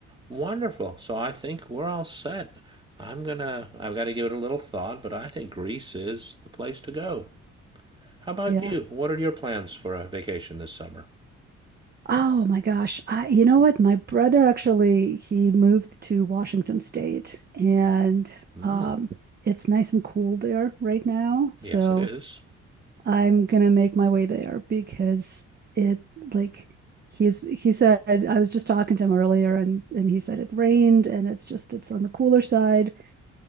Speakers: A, on the right (about 15°); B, on the right (about 35°).
A: Wonderful. So I think we're all set. I'm gonna. I've got to give it a little thought, but I think Greece is the place to go. How about
B: Yeah.
A: you? What are your plans for a vacation this summer?
B: Oh my gosh. I, you know what? My brother actually, he moved to Washington State and
A: Mm,
B: um, it's nice and cool there right now. So
A: yes, it is.
B: I'm gonna make my way there because it like he's he said I was just talking to him earlier and and he said it rained and it's just it's on the cooler side